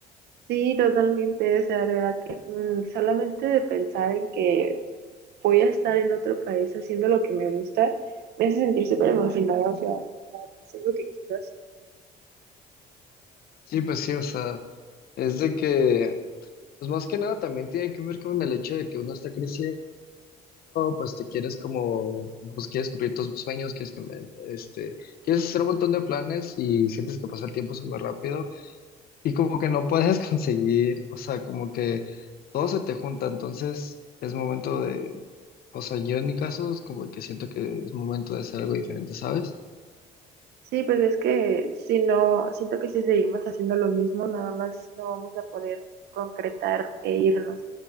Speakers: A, on the right; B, on the left.
A: Sí, totalmente, o sea, de verdad que mm, solamente de pensar en que voy a estar en otro país haciendo lo que me gusta, me hace sentir súper emocionada, o sea, de verdad, es algo que quiero hacer.
B: Sí, pues sí, o sea, es de que, pues más que nada también tiene que ver con el hecho de que uno está creciendo, pues te quieres como, pues quieres cumplir tus sueños, quieres que me, este, quieres hacer un montón de planes y sientes que pasa el tiempo súper rápido y como que no puedes <laughs> conseguir, o sea, como que todo se te junta, entonces es momento de, o sea, yo en mi caso es como que siento que es momento de hacer algo diferente, ¿sabes?
A: Sí, pues es que si no, siento que si seguimos haciendo lo mismo, nada más no vamos a poder concretar e irnos,